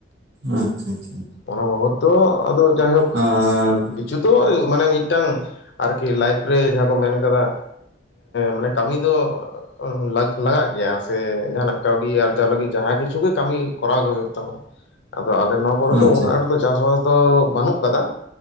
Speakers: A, on the right (about 70°); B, on the left (about 70°).
A: ᱟᱪᱪᱷᱟ ᱟᱪᱪᱷᱟ ᱾
B: ᱚᱱᱟ ᱵᱟᱵᱚᱛ ᱫᱚ ᱟᱫᱚ ᱡᱟᱭᱦᱳᱠ
A: ᱟᱨ
B: ᱡᱚᱛᱚ ᱢᱟᱱᱮ ᱢᱤᱫᱴᱟᱝ ᱟᱨᱠᱤ ᱞᱟᱭᱤᱯᱷ ᱨᱮ ᱡᱟᱦᱟᱸ ᱠᱚ ᱢᱮᱱ ᱠᱟᱫᱟ ᱢᱟᱱᱮ ᱠᱟᱹᱢᱤ ᱫᱚ ᱞᱟᱠ ᱞᱟᱜᱟᱜ ᱜᱮᱭᱟ ᱥᱮ ᱡᱟᱦᱱᱟᱜ ᱠᱟᱹᱣᱰᱤ ᱟᱨᱡᱟᱣ ᱞᱟᱹᱜᱤᱫ ᱡᱟᱦᱟᱸ ᱠᱤᱪᱷᱩ ᱜᱮ ᱠᱟᱹᱢᱤ ᱠᱚᱨᱟᱣ ᱜᱮ ᱦᱩᱭᱩᱜ ᱛᱟᱢᱟ ᱟᱫᱚ ᱟᱞᱮ ᱱᱚᱣᱟ ᱠᱚᱨᱮ ᱩᱱᱟᱹᱜ
A: ᱟᱪᱪᱷᱟ
B: ᱟᱸᱴ ᱫᱚ ᱪᱟᱥᱵᱟᱥ ᱫᱚ ᱵᱟᱹᱱᱩᱜ ᱠᱟᱫᱟ